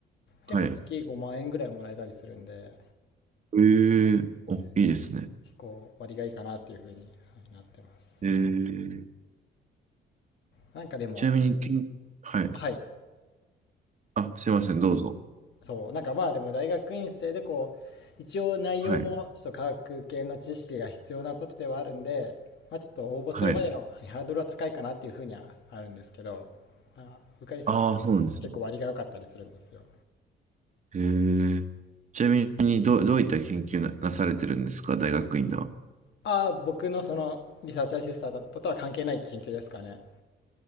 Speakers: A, on the right; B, on the left.
A: はい。
B: 結構月5万円ぐらいもらえたりするんで、
A: へえ。
B: なんですよ。
A: お、いいですね。
B: 結構割がいいかなっていうふうに、はいなってます。
A: へえ。
B: なんかでも、
A: ちなみに、けん、はい。
B: はい、
A: あ、すいません。どうぞ。
B: そう、なんかまあでも大学院生でこう、一応内容もちょっと科学系の知識が必要なことではあるんで、
A: はい。
B: まあちょっと応募するまでのはいハードルは高いかなっていうふうにはあるんですけど、
A: はい。
B: まあ、受かりさえするより結構割が良かったりするんですよ。
A: ああ、そうなんですね。へえ。ちなみに、どう、どういった研究な、なされてるんですか大学院では。
B: ああ、僕のそのリサーチアシスタントとは関係ない研究ですかね。